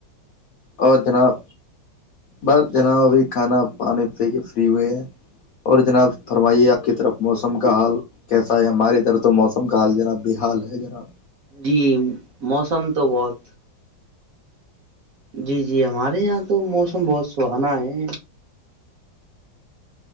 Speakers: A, on the left; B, on the right.
A: اور جناب بس جناب ابھی کھانا پانی پی کے فری ہوئے ہیں اور جناب فرمائیے آپ کی طرف موسم کا حال کیسا ہے ہمارے ادھر تو موسم کا حال جناب بے حال ہے جناب
B: جی موسم تو بہت جی جی ہمارے یہاں تو موسم بہت سہانا ہے